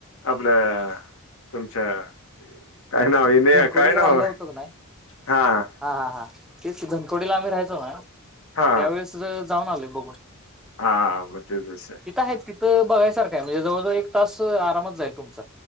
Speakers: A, on the left; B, in the centre.
A: आपलं तुमच्या काय नाव आहे नाही
B: धनकोडीला
A: काय नाव
B: राहायला होतो का नाही
A: हा.
B: हा हा तेच की धनकवडी ला आम्ही राहायचो ना त्यावेळेस
A: हा
B: च जाऊन आलोय बघून.
A: हा बघतेच तस.
B: तिथं आहेत तिथं बघायसारखं म्हणजे जवळ-जवळ एक तास आरामातच जाईल तुमचा.